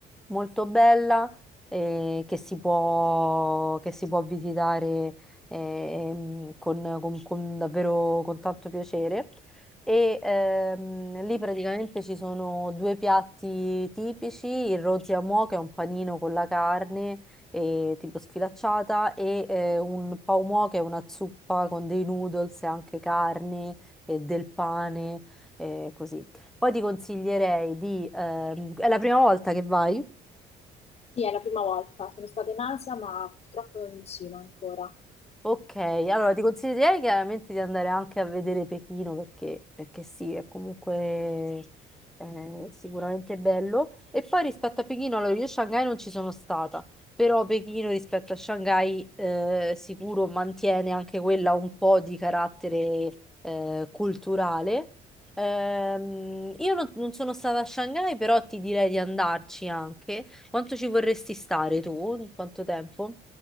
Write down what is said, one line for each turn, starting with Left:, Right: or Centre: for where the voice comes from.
Centre: molto bella eh, che si può, che si può visitare ehm, con, con- con davvero con tanto piacere. E ehm, lì praticamente ci sono due piatti tipici, il roziamò che è un panino con la carne eh, tipo sfilacciata e eh, un pau mo che è una zuppa con dei noodles e anche carne e del pane, eh, così. Poi ti consiglierei di... ehm, è la prima volta che vai?
Left: Sì, è la prima volta. Sono stata in Asia, ma purtroppo non in Cina ancora.
Centre: Ok, allora ti consiglierei chiaramente di andare anche a vedere Pechino perché, perché sì, è comunque eh, sicuramente bello. E poi rispetto a Pechino, allora io a Shanghai non ci sono stata, però Pechino rispetto a Shanghai eh, sicuro mantiene anche quella un po' di carattere eh, culturale. Ehm, io non, non sono stata a Shanghai, però ti direi di andarci anche. Quanto ci vorresti stare tu? Quanto tempo?